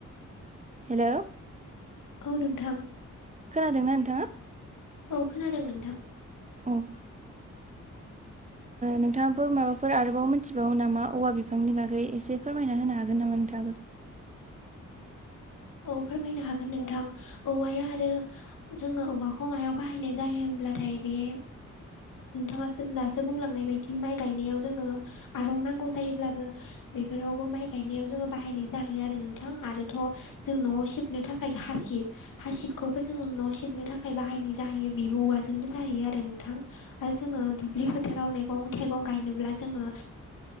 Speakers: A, on the right (about 25°); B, on the left (about 80°).
A: हेल'
B: औ नोंथां।
A: खोनादोंना नोंथाङा?
B: औ खोनादों नोंथां।
A: ओम नोंथाङाबो माबाफोर आरोबाव मिथिबावो नामा औवा बिफांनि बागै एसे फोरमायना होनो हागोन नामा नोंथाङाबो
B: औ फोरमायनो हागोन नोंथां औवाया आरो जोङो औवाखौ मायाव बाहायनाय जायो होनब्लाथाय बे नोंथाङासो दासो बुंलांनाय बायदि माइ गायनायाव जोङो आरं नांगौ जायोब्लाबो बेफोरावबो माइ गायनायाव जोङो बाहायनाय जाहैयो आरो नोंथां आरोथ' जों न'आव सिबनो थाखाय हासिब हासिबखौबो जोङो न' सिबनो थाखाय बाहायनाय जाहैयो बेबो औवाजोंनो जाहैयो आरो नोंथां आरो जोङो दुब्लि फोथाराव मैगं थाइगं गायनोब्ला जोङो